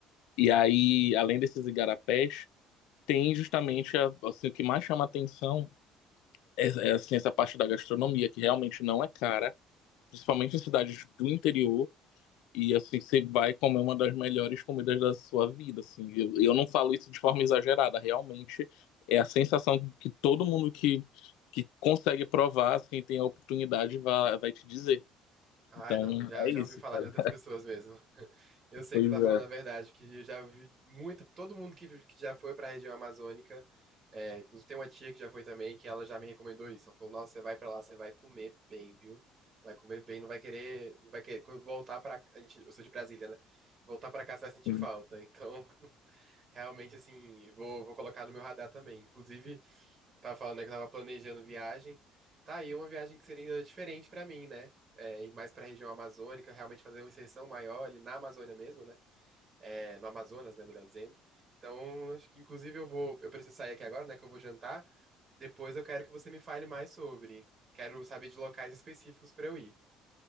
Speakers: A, on the left; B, on the right.
A: E aí, além desses igarapés, tem justamente, a- assim, o que mais chama atenção é, é, assim, essa parte da gastronomia, que realmente não é cara, principalmente em cidades do interior. E assim, você vai comer uma das melhores comidas da sua vida, assim. Eu, eu não falo isso de forma exagerada, realmente é a sensação que todo mundo que, que consegue provar, assim, tem a oportunidade, vai, vai te dizer.
B: Ai,
A: Então,
B: não, já,
A: é
B: já
A: isso,
B: ouvi falar
A: cara.
B: de outras pessoas mesmo. <laughs> Eu sei
A: Pois
B: que você tá falando
A: é.
B: a verdade, que eu já ouvi muita, todo mundo que, que já foi pra região amazônica, é, inclusive tem uma tia que já foi também, que ela já me recomendou isso. Ela falou, nossa, você vai pra lá, você vai comer bem, viu? Vai comer bem, não vai querer, não vai querer, quando voltar pra, a gente, eu sou de Brasília, né? Voltar pra cá, você vai sentir
A: Hum.
B: falta. Então, <laughs> realmente, assim, vou, vou colocar no meu radar também. Inclusive, Tava falando, né, que eu tava planejando viagem. Tá aí uma viagem que seria ainda diferente pra mim, né? É, ir mais pra região amazônica, realmente fazer uma inserção maior ali na Amazônia mesmo, né? É, no Amazonas, né, melhor dizendo. Então, acho que inclusive eu vou, eu preciso sair aqui agora, né, que eu vou jantar. Depois eu quero que você me fale mais sobre. Quero saber de locais específicos pra eu ir.